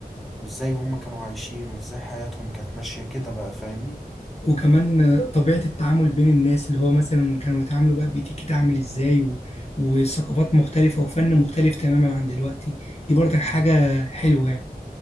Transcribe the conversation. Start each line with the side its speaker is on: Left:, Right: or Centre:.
Centre: وازاي هم كانوا عايشين وازاي حياتهم كانت ماشية كده بقى فاهمني
Left: وكمان آه، طبيعة التعامل بين الناس اللي هو مثلا كانوا يتعاملوا بقى بيتيكيت عامل إزاي و... وثقافات مختلفة وفن مختلف تماما عن دلوقتي دي برضك حاجة
Centre: ايوه
Left: حلوة يعني